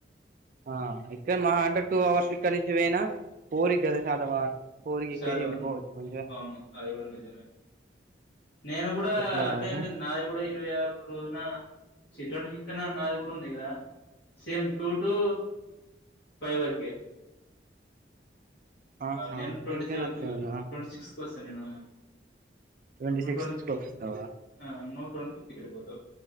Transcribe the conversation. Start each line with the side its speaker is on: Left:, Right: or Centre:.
Right: ఆ ఇక్కడ మహా అంటే టూ అవర్స్ ఇక్కడ నుంచి పోయినా పోరి కదా శాతవాహనం ఫోర్ కి
Left: శాతవ
Right: ఎక్కేసి వెళ్ళిపోవచ్చు మంచిగా
Left: అవును అది కూడా నిజమే నేను కూడా
Right: అట్లా
Left: అట్నే
Right: అదే
Left: అయిపోయింది నాది కూడా ఇరవై ఆరు రోజున చి ట్వంట ఫిఫ్త్ నాదీ కూడా ఉంది ఇద సేమ్ టూ టు ఫైవ్ వరకే
Right: ఆహా
Left: నేను ట్వంటీ
Right: నీకని
Left: సెవెంత్
Right: అట్లే ఉందా
Left: ట్వంటీ సిక్స్ కు వస్తా నేను
Right: ట్వంటీ
Left: నువ్వు
Right: సిక్స్త్
Left: ట్వీటీ ఫిఫ్త్
Right: కి వస్తావా
Left: ఆ ట్వంటీ ఫిఫ్త్ ఇక్కడ పోతావ్